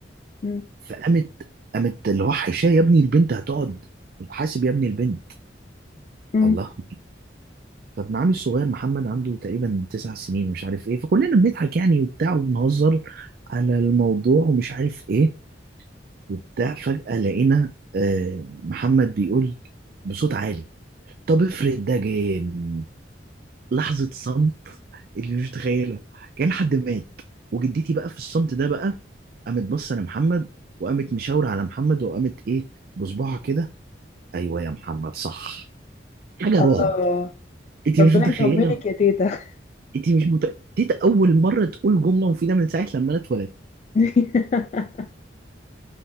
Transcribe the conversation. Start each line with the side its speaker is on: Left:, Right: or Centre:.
Left: مم.
Right: فقامت قامت اللي هو حيشاه يا ابني البنت هتقعد حاسب يا ابني البنت
Left: مم.
Right: الله فابن عمي الصغير محمد عنده تقريبا تسع سنين ومش عارف ايه فكلنا بنضحك يعني وبتاع وبنهزر على الموضوع ومش عارف ايه وبتاع فجأة لقينا آه، محمد بيقول بصوت عالي طب افرض ده جن لحظة صمت اللي مش متخيلها كان حد مات وجدتي بقى في الصمت ده بقى قامت بصة لمحمد وقامت مشاورة على محمد وقامت ايه بصباعها كده ايوه يا محمد صح حاجة
Left: الله
Right: رعب انت
Left: ربنا
Right: مش متخيلة
Left: يطمنك يا تيتا
Right: انت مش مت... دي اول مرة تقول جملة مفيدة من ساعة لما انا اتولدت
Left: <laughs>